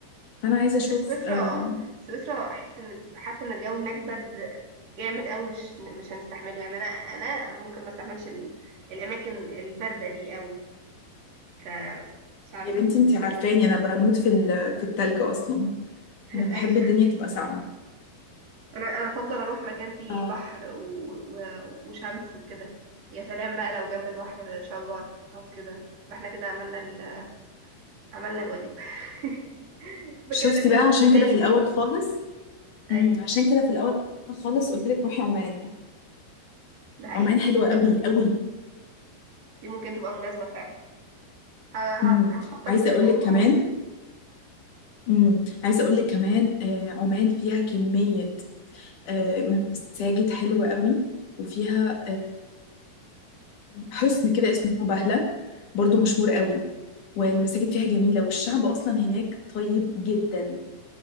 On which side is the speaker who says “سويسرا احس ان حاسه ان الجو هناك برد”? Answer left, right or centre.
Right